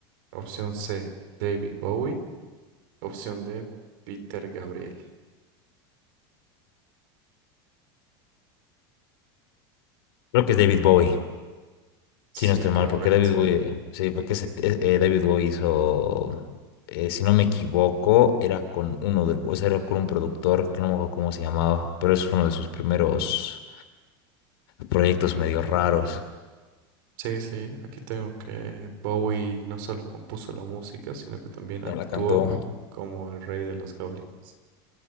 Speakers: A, on the right (about 60°); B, on the left (about 75°).
A: Opción C, David Bowie. Opción D, Peter Gabriel.
B: Creo que es David Bowie,
A: Sí,
B: si no estoy
A: correcto.
B: mal, porque David Bowie, sí, porque ese- eh, eh, David Bowie hizo, eh, si no me equivoco, era con uno de, o sea, era con un productor, que no me acuerdo cómo se llamaba, pero es uno de sus primeros proyectos medio raros.
A: Sí, sí, aquí tengo que Bowie no solo compuso la música, sino que también actuó
B: Ya La cantó.
A: como el rey de los goblins.